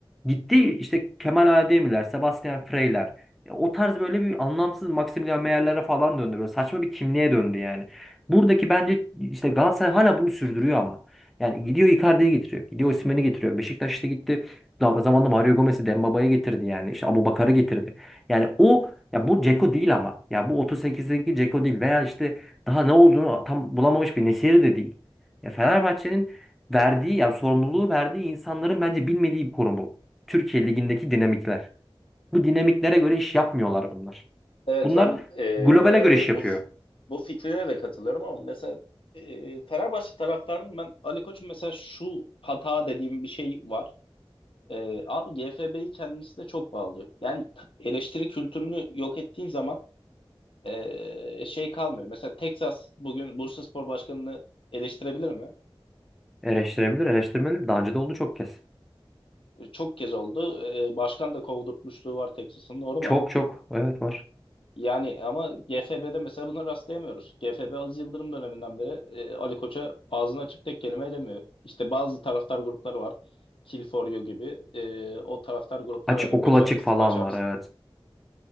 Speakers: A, in the centre; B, on the left.
A: Gitti işte Kemal Ademirler, Sebastian Freyler. Ya O tarz böyle bir anlamsız Maximilian Meyer'lere falan döndü. Böyle saçma bir kimliğe döndü yani. Buradaki bence işte Galatasaray hala bunu sürdürüyor ama. Yani gidiyor Icardi'yi getiriyor. Gidiyor Osimhen'i getiriyor. Beşiktaş işte gitti. Zam- Zamanında Mario Gomez'i, Dembaba'yı getirdi yani. İşte Abubakar'ı getirdi. Yani o ya bu Dzeko değil ama. Ya bu 38'deki Dzeko değil veya işte daha ne olduğunu tam bulamamış bir Nesiri de değil. Ya Fenerbahçe'nin verdiği yani sorumluluğu verdiği insanların bence bilmediği bir konu bu. Türkiye ligindeki dinamikler. Bu dinamiklere göre iş yapmıyorlar bunlar.
B: Evet
A: Bunlar
B: ben eee,
A: globale göre iş yapıyor.
B: bu bu fikrine de katılırım ama mesela eee Fenerbahçe taraftardım ben Ali Koç'un mesela şu hata dediğim bir şey var. Eee, abi GFB'yi kendisine çok bağlıyor. Yani t- eleştiri kültürünü yok ettiğin zaman eee, şey kalmıyor. Mesela Texas bugün Bursaspor Başkanı'nı eleştirebilir mi?
A: Eleştirebilir, eleştirmeli. Daha önce de oldu çok kez.
B: E, Çok kez oldu. E, başkan da kovdurtmuşluğu var Texas'ın doğru
A: Çok
B: mu?
A: çok. Evet var.
B: Yani ama GFB'de mesela buna rastlayamıyoruz. GFB Aziz Yıldırım döneminden beri e, Ali Koç'a ağzını açık tek kelime edemiyor. İşte bazı taraftar grupları var. Kill for You gibi. E, o taraftar grupları
A: Aç,
B: Ali
A: okul
B: Koç'a
A: açık
B: istifa
A: falan
B: çağrısı
A: var evet.